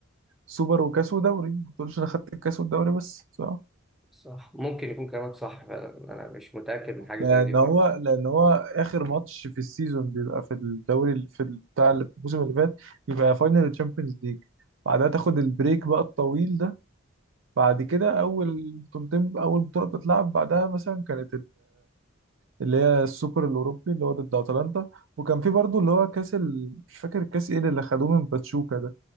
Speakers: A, on the right; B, in the centre.
A: سوبر وكاس ودوري ما بتقولش أنا خدت الكاس والدوري بس صح؟
B: صح ممكن يكون كلامك صح فعلا انا مش متاكد من حاجه
A: لأن
B: زي دي برضه
A: هو لأن هو آخر ماتش في السيزون بيبقى في الدوري اللي- في ال- بتاع الموسم اللي فات بيبقى فاينل الشامبيونز ليج بعدها تاخد البريك بقى الطويل ده بعد كده أول بطولتين أول بطولة بتتلعب بعدها مثلا كانت اللي هي السوبر الاوروبي اللي هو ضد اتلانتا وكان في برضو اللي هو كاس ال... مش فاكر كاس ايه اللي خدوه من باتشوكا ده